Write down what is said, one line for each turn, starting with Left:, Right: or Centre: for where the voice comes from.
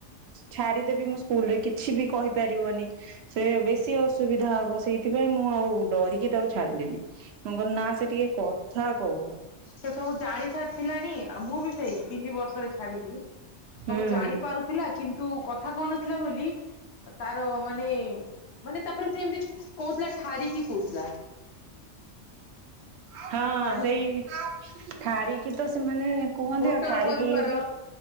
Right: ଛାଡିଦେବି ମୁଁ ସ୍କୁଲ ରେ କିଛି ବି କହିପାରିବନି ସେ ବେଶୀ ଅସୁବିଧା ହବ ସେଇଥିପାଇଁ ମୁଁ ଆଉ ଡରିକି ତାକୁ ଛାଡିଲିନି। ମୁଁ କହିଲି ନା ସେ ଟିକେ କଥା କହୁ।
Left: ସେ ସବୁ ଜାଣି ସାରିଥିଲାଣି ଆଉ ମୁଁ ବି ସେଇ ତିନି ବର୍ଷରେ ଛାଡିଲି ସବୁ
Right: ହୁଁ
Left: ଜାଣିପାରୁ ଥିଲା କିନ୍ତୁ କଥା କହୁନଥିଲା ବୋଲି ତାର ମାନେ ମାନେ ତାପରେ ସେମିତି କହୁଥିଲା ଠାରିକି କହୁଥିଲା।
Right: ହଁ
Left: ଠାରିକି।
Right: ସେଇ, ଠାରିକି ତ ସେମାନେ କୁହନ୍ତି
Left: ମୋଟର
Right: ଆଉ ଠାରିକି
Left: ବନ୍ଦ କର
Right: ବି